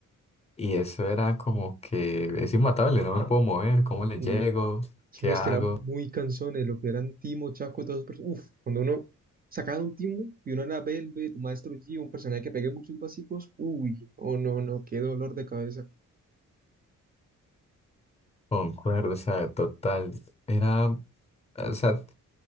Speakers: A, on the left; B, on the right.
A: y eso era como que es inmatable, no me puedo mover, ¿cómo le
B: Mm,
A: llego? ¿Qué
B: y Unos
A: hago?
B: que eran muy cansones, lo que eran Timo, Chaco, todos esos perso- Uf, cuando uno sacaba un Timo y uno era Velvet, un Maestro G un personaje que pegue muchos básicos, uy, oh no, no, qué dolor de cabeza.
A: Concuerdo, o sea, total. Era, o sea,